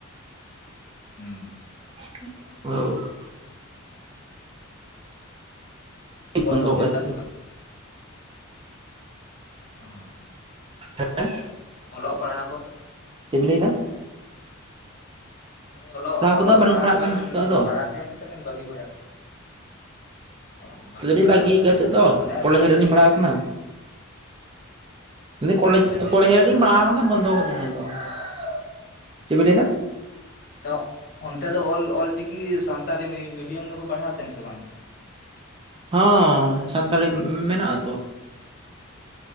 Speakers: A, on the left; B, on the right.
A: ᱦᱩᱸ᱾
B: <unintelligible>
A: ᱵᱚᱞ
B: ᱠᱟᱜᱼᱟ ᱱᱤᱛᱚᱜ
A: ᱠᱚ ᱯᱮ ᱠᱷᱮᱞ <inaudible> ᱥᱮ
B: ᱫᱚ
A: ᱵᱟᱝ? ᱩᱸ᱾
B: <inaudible>
A: ᱚᱞᱚᱜ ᱯᱟᱲᱦᱟᱣ ᱠᱚ?
B: ᱪᱮᱜ ᱵᱤᱱ ᱞᱟᱹᱭᱮᱫᱟ?
A: ᱢᱮᱱᱫᱟᱹᱧ ᱚᱞᱚᱜ, ᱚᱞᱚᱜ
B: ᱠᱚᱫᱚ ᱵᱟᱹᱞᱤᱧ
A: ᱯᱟᱲᱦᱟᱜ ᱠᱚᱵᱮᱱ
B: ᱠᱟᱱᱟ ᱱᱤᱛᱚᱜ ᱫᱚ ᱟᱫᱚ᱾
A: ᱯᱟᱲᱦᱟᱜ ᱛᱟᱦᱮᱸᱱᱟ ᱥᱮ ᱵᱮᱱ ᱵᱟᱹᱜᱤ <inaudible> ᱚ
B: ᱱᱤᱛᱚᱜ ᱫᱚᱞᱤᱧ
A: ᱵᱟᱲᱟᱣ
B: ᱵᱟᱹᱜᱤ
A: ᱠᱟᱫᱟ
B: ᱠᱟᱜ-ᱟ
A: ᱵᱮᱱ
B: ᱦᱤᱛᱚᱜ
A: ᱛᱟᱦᱚᱞᱮ
B: ᱫᱚ
A: ᱵᱟᱝ ᱢᱟᱱᱮ
B: ᱠᱚᱞᱮᱡ ᱫᱷᱟᱨᱤᱡ ᱞᱤᱧ ᱯᱟᱲᱟᱣ ᱟᱠᱟᱱᱟ᱾ ᱞᱟᱹᱭ ᱫᱟᱹᱧ ᱠᱚᱞᱮᱡᱽ
A: ᱫᱷᱟᱹᱵᱤᱡ
B: ᱠᱚᱞᱮᱡᱽ
A: ᱵᱮᱱ
B: ᱦᱟᱨᱤᱡ
A: ᱯᱟᱲᱦᱟᱣ
B: ᱞᱤᱧ ᱯᱟᱲᱟᱣ
A: ᱠᱟᱱᱟ
B: ᱟᱠᱟᱱᱟ ᱵᱚᱱᱫᱚ ᱠᱟᱫᱟᱞᱤᱧ <inaudible> ᱪᱮᱜ ᱵᱤᱱ ᱞᱟᱹᱭᱫᱟ?
A: ᱛᱚ, ᱚᱱᱛᱮ ᱫᱚ ᱚᱞ ᱚᱞ-ᱪᱤᱠᱤ ᱥᱟᱱᱛᱟᱞᱤ ᱢᱤᱰᱤᱭᱟᱢ ᱫᱚᱠᱚ ᱯᱟᱲᱦᱟᱣ ᱛᱟᱦᱮᱸᱱ ᱥᱮ ᱵᱟᱝ?
B: ᱦᱚᱸ ᱥᱟᱱᱛᱟᱲᱤ ᱢᱮᱱᱟᱜ-ᱟ ᱛᱚ᱾